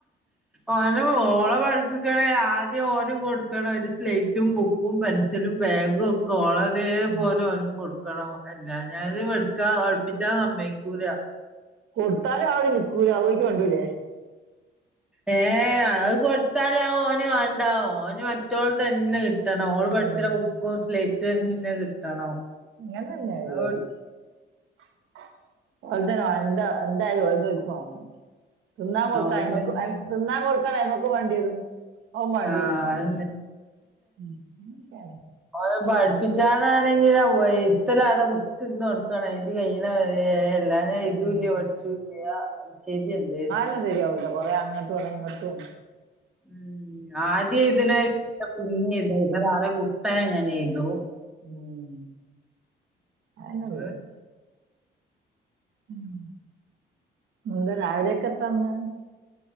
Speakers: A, in the centre; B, on the right (about 80°).
A: ഓനെ ഓള പഠിപ്പിക്കണേ, ആദ്യം ഓനും കൊടുക്കണം ഒരു സ്ലേറ്റും ബുക്കും പെൻസിലും ബാഗും ഒക്കെ ഓളതേ
B: ഉം.
A: പോലെ ഓനും കൊടുക്കണം എല്ലാ ഞാനത് വെക്കാ വിളിപ്പിച്ചാ സമ്മതിക്കൂല
B: കൊടുത്താലും അവിടെ നിക്കൂല അവളെ കണ്ടൂല്ലേ
A: ഏ, അത് കൊടുത്താലാവും ഓന് വേണ്ടാ, ഓന് മറ്റൊൾത് തന്നെ കി ട്ടണം ഓള്
B: ഉം
A: പഠിച്ചണ ബുക്കും സ്ലേറ്റും ന്നെ കിട്ടണം
B: അങ്ങനെ തന്നെ പരിപാടി
A: ആഹ്
B: <unintelligible> ന്തായ്ലും അതോൽക് വാണം തിന്നാൻ കൊടുക്കാ
A: അതന്നെ
B: അയമക്ക് അയ് തിന്നാൻ കൊടുക്കാൻ അയ്മക്ക് വാണ്ടിരും ഔ മാണ്ടിയരും
A: ആഹ് അതന്നെ
B: ഉം ഉം ക്കലെ
A: ഓലെ പഠിപ്പിച്ചാനാണെങ്കിലൊ വയ്തലടെ കുത്തിന്നൊട്ക്കണം എയ്തികയ്യ്ണെ വരെ എല്ലാ ഇതെയ്തൂല്ല്യ
B: ഉം
A: പഠിച്ചൂല്ല്യാ എൽ കെ ജി അല്ലേ
B: ക്കെ ശരിയാവവുല കൊറേ അങ്ങട്ടും കൊറെഇങ്ങട്ടും
A: ഉം ആദ്യം എഴ്തനായിട്ട് പിന്നെഴ്തും പിന്നെ തലകുത്തനങ്ങനെയ്തു
B: ഉം അതന്നള്ളത്
A: അത്
B: ഉം എന്ത രാവിലേക്കെത്താന്ന്